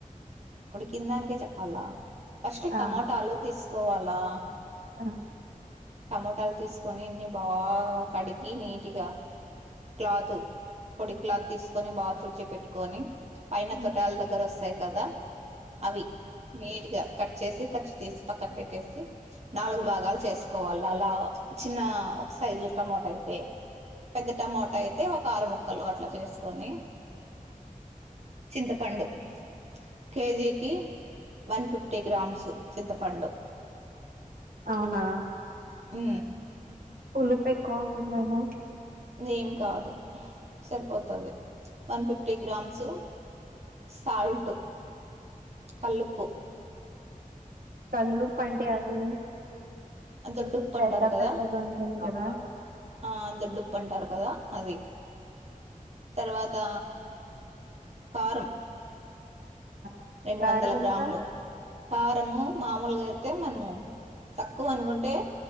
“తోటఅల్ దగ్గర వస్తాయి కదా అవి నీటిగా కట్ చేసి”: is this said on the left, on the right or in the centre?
Right